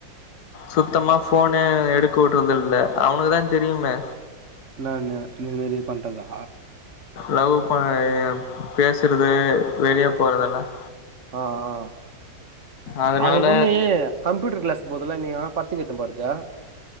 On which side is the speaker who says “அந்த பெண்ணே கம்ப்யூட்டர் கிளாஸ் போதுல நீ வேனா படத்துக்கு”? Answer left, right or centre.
Right